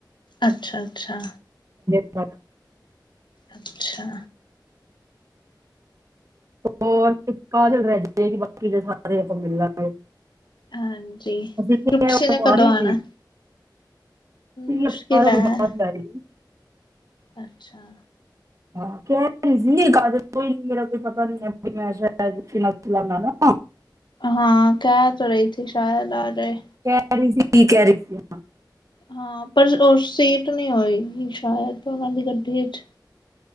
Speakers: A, on the left; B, on the right.
A: ਅੱਛਾ ਅੱਛਾ।
B: ਬਰ। <unintelligible>
A: ਅੱਛਾ।
B: ਹੋਰ ਇੱਕ ਕਾਹ ਦਿਲ ਰ <unintelligible> ਕਿ ਬਾਕੀ ਦੇ ਸਾਰੇ ਆਪਾਂ ਮਿਲਾਂਗੇ। <unintelligible>
A: ਹਾਂਜੀ
B: ਅ
A: ਰੁਪਸੀ ਨੇ ਕਦੋਂ
B: ਆਾਰੀ
A: ਆਣਾ ਮੁਸ਼ਕਿਲ
B: ਅਾਰਾਂ
A: ਹੈ
B: ਤੋਂ ਬਾਅਦ <unintelligible>
A: ਅੱਛਾ।
B: ਹਾਂ ਕ। <unintelligible> ਕੋਈ ਨੀ ਮੇਰਾ। <unintelligible> ਨ ਮੈ। <unintelligible>
A: ਹਾਂ ਕਹਿ ਤੋ ਰਹੀ ਥੀ ਸ਼ਾਇਦ ਆਜ ਤੇ।
B: ਕਹਿ ਰਹੀ ਸੀ ਕੀ ਕਹਿ ਰਹੀ ਸੀ। <unintelligible>
A: ਹਾਂ ਪਰ ਉਹ ਸੀਟ ਨਹੀਂ ਹੋਏਗੀ ਸ਼ਾਇਦ ਉਹਨਾਂ ਦੀ ਗੱਡੀ ਚ।